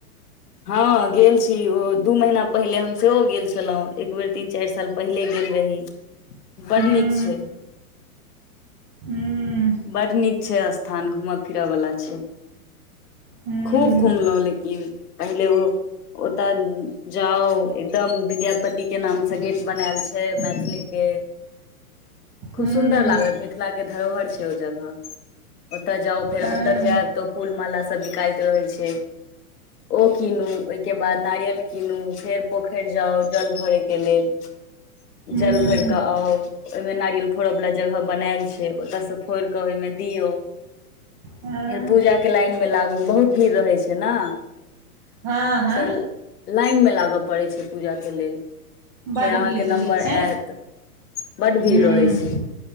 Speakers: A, on the left; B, on the right.
A: हँ गेल छी ओ दू महीना पहिले हम सेहो गेल छलहुँ एक बेर तीन चाइर साल पहिले गेल रही बड
B: हूँ
A: नीक छै
B: हूँ
A: बड नीक छै स्थान घूमऽ फिरऽ बला छै
B: हूँ
A: खूब घुमलौ लेकिन पहिले ओ ओतऽ जाउ एकदम विद्यापति के नाम से गेट बनायल छै मैथली के
B: <inaudible>
A: खूब
B: हूँ
A: सुन्दर लागत मिथिला के धरोहर छै ओ जगह ओतय जाउ फेर
B: हँ हँ
A: अन्दर जेब तऽ फूल माला सब बिकाईत रहे छै ओ कीनू के बाद नारियल कीनू फेर पोखर जाउ जल भरे के लेल
B: हूँ
A: जल भरि कऽ आउ ओहिमे नारियल फोड़यवला जगह बनायल छै ओतयसँ फोड़ि कऽ ओहिमे दियौ
B: हँ
A: फेर पूजा के लाइन मे लागू बहुत भीड़ रहैत छै ने
B: हँ हँ
A: त लाइन मे लागऽ पड़ै छै पूजाक के लेल
B: बड्ड
A: फेर अहाँ
B: भीड़
A: के
B: रहै
A: नम्बर
B: छै
A: आयत बड्ड
B: हूँ
A: भीड़ रहै छै